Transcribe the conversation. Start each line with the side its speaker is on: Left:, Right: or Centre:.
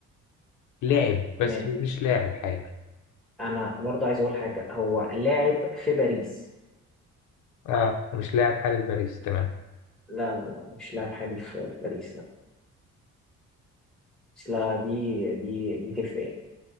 Left: لاعب بس
Centre: ما
Left: هو مش لاعب حالي
Centre: انا برضه عايز اقول حاجه هو لاعب في باريس
Left: اه مش لاعب حالي في باريس تمام
Centre: لا لا لا مش لاعب حالي في في باريس لا بس لا دي دي دي تفرق يعني